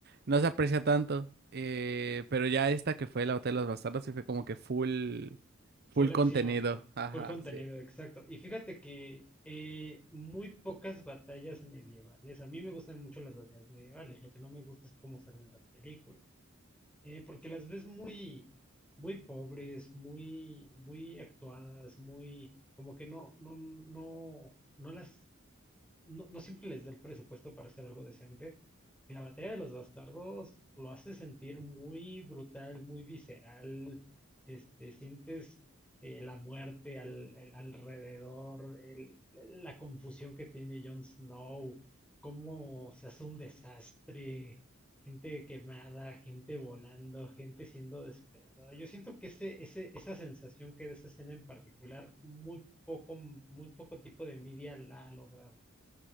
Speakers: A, on the right; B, in the centre.
A: no se aprecia tanto. Eh, pero ya esta que fue la Hotel de los Bastardos sí fue como que full full
B: Full acción,
A: contenido.
B: ¿no?
A: Ajá,
B: Full contenido,
A: sí.
B: exacto. Y fíjate que eh, muy pocas batallas medievales. A mí me gustan mucho las batallas medievales. Lo que no me gusta es cómo salen las películas. Eh, porque las ves muy, muy pobres, muy, muy actuadas, muy, como que no, no, no, no las no, no siempre les da el presupuesto para hacer algo decente. Y la batalla de los bastardos lo hace sentir muy brutal, muy visceral. Este, sientes eh, la muerte al, al- alrededor, el- la confusión que tiene Jon Snow, cómo se hace un desastre, gente quemada, gente volando, gente siendo despedazada. Yo siento que ese, ese, esa sensación que da esa escena en particular, muy poco, muy poco tipo de media la ha logrado.